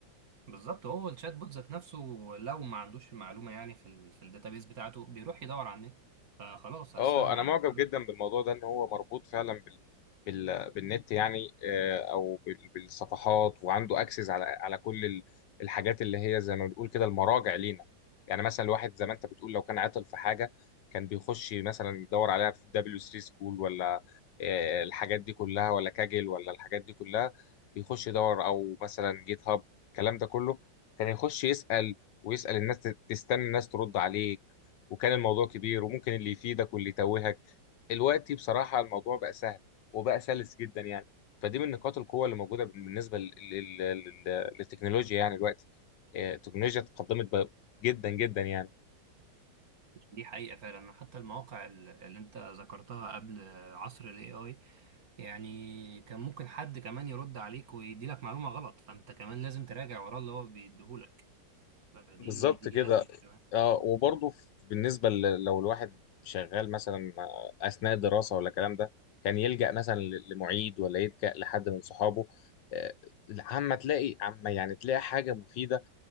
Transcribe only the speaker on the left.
اه انا
معجب
جدا بالموضوع ده ان هو مربوط فعلا بال... بال... بالنت يعني آه، او بال... بالصفحات وعنده اكسس على على كل ال- الحاجات اللي هي زي ما بنقول كده المراجع لينا يعني مثلا الواحد زي ما انت بتقول لو كان عاطل في حاجه كان بيخش مثلا يدور عليها في دبليو 3 سكول ولا آه، الحاجات دي كلها ولا كاجل ولا الحاجات دي كلها بيخش يدور او مثلا جيت هاب الكلام ده كله كان يخش يسأل ويسأل الناس تستنى الناس ترد عليه وكان الموضوع كبير وممكن اللي يفيدك واللي يتوهك دلوقتي بصراحة الموضوع بقى سهل وبقى سلس جدا يعني فدي من نقاط القوة اللي موجودة بالنسبة لل- لل- لل- للتكنولوجيا يعني دلوقتي آه، التكنولوجيا تقدمت ب- جدا جدا يعني
بالظبط
كده
اه وبرضه ف- بالنسبة ل- لو الواحد شغال مثلا آه، أثناء الدراسة ولا الكلام ده كان يلجأ مثلا ل- لمعيد ولا يلجأ لحد من صحابه آه، عما تلاقي عما يعني تلاقي حاجة مفيدة